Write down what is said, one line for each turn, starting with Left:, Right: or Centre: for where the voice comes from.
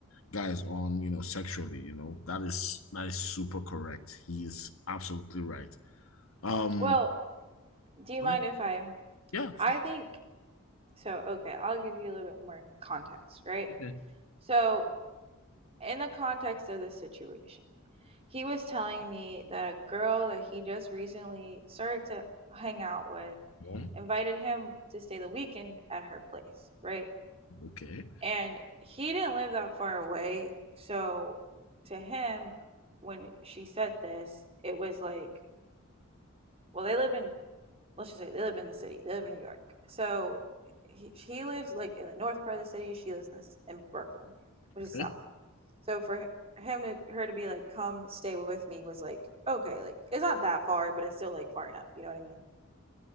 Left: guys on, you know, sexually, you know, that is that is super correct. He is absolutely right. Um
Right: Well, do you
Left: right?
Right: mind if I?
Left: Yeah,
Right: I
Left: for sure.
Right: think so. Okay, I'll give you a little bit more context, right?
Left: Okay.
Right: So, in the context of this situation, he was telling me that a girl that he just recently started to hang out with
Left: Yeah.
Right: invited him to stay the weekend at her place, right?
Left: Okay.
Right: And he didn't live that far away. So to him, when she said this, it was like, well, they live in, let's just say they live in the city, they live in New York. So he, he lives like in the north part of the city, she lives in this, in Brooklyn, which
Left: Okay.
Right: is south. So for him to her to be like come stay with me was like okay like it's not that far but it's still like far enough you know what i mean